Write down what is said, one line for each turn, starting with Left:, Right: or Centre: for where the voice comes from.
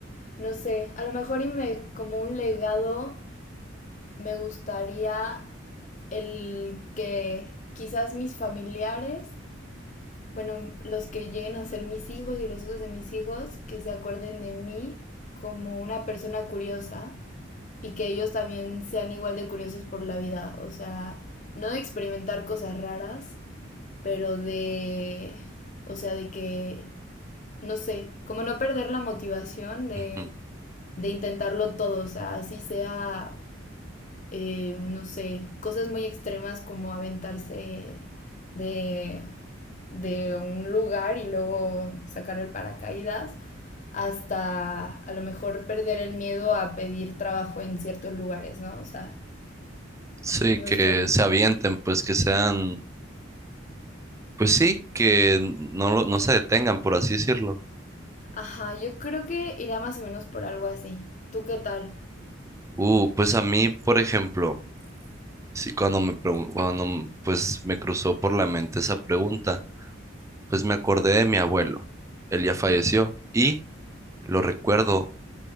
Left: no sé, a lo mejor y me, como un legado me gustaría el que quizás mis familiares bueno, los que lleguen a ser mis hijos y los hijos de mis hijos, que se acuerden de mí como una persona curiosa y que ellos también sean igual de curiosos por la vida. O sea, no de experimentar cosas raras, pero de, o sea, de que, no sé, como no perder la motivación de,
Right: ujú.
Left: de intentarlo todo, o sea, así sea eh, no sé, cosas muy extremas como aventarse de, de un lugar y luego sacar el paracaídas, hasta a lo mejor perder el miedo a pedir trabajo en ciertos lugares, ¿no? O sea,
Right: Sí,
Left: no
Right: que
Left: sé.
Right: se avienten, pues que sean, pues sí, que no, lo- no se detengan, por así decirlo.
Left: Ajá, yo creo que iría más o menos por algo así. ¿Tú qué tal?
Right: Uh, pues a mí, por ejemplo, sí, cuando me, pregun- cuando m- pues me cruzó por la mente esa pregunta, pues me acordé de mi abuelo. Él ya falleció
Left: Ujú.
Right: y lo recuerdo